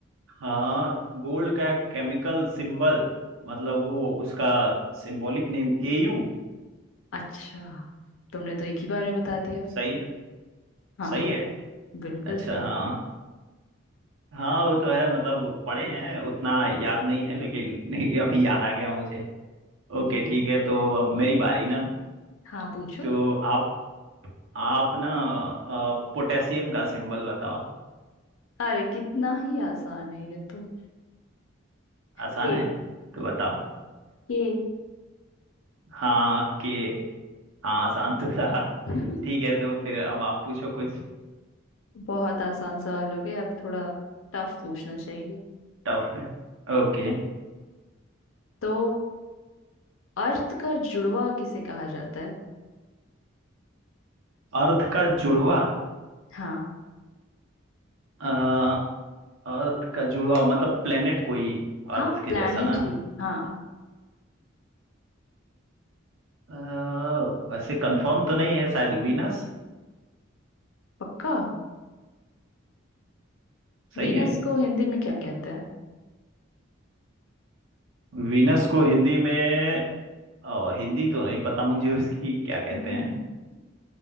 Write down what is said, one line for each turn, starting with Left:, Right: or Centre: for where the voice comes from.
Right: हाँ गोल्ड का केमिकल सिंबल मतलब वो उसका सिंबॉलिक नेम एयू
Left: अच्छा तुमने तो एक ही बार में बता दिया
Right: सही है
Left: हाँ
Right: सही
Left: हाँ
Right: है
Left: बिल्कुल
Right: अच्छा
Left: सही
Right: हाँ हाँ वो तो है मतलब पढ़े हैं उतना याद नहीं है लेकिन <laughs> अभी याद आ गया मुझे
Left: नहीं
Right: ओके ठीक है तो अब मेरी बारी ना
Left: हाँ पूछो
Right: तो आप आप ना अ, पोटेशियम का सिंबल बताओ
Left: अरे कितना ही आसान है ये तो
Right: आसान
Left: के
Right: है तो बताओ
Left: के
Right: हाँ कि हाँ आसान तो था
Left: <laughs>
Right: ठीक है तो फिर अब आप पूछो कुछ
Left: बहुत आसान सवाल हो गए अब थोड़ा टफ पूछना चाहिए
Right: टफ में ओके
Left: तो अर्थ का जुड़वा किसे कहा जाता है
Right: अर्थ का जुड़वा
Left: हाँ
Right: अ, अर्थ का जुड़वा मतलब प्लेनेट कोई
Left: हाँ
Right: अर्थ के
Left: प्लैनेट
Right: जैसा ना
Left: ही हाँ
Right: अ, वैसे कंफर्म तो नहीं है शायद वीनस
Left: पक्का
Right: सही
Left: वीनस
Right: है
Left: को हिंदी में क्या कहते हैं
Right: वीनस को हिंदी में अ, हिंदी तो नहीं पता मुझे उसकी क्या कहते
Left: <laughs>
Right: हैं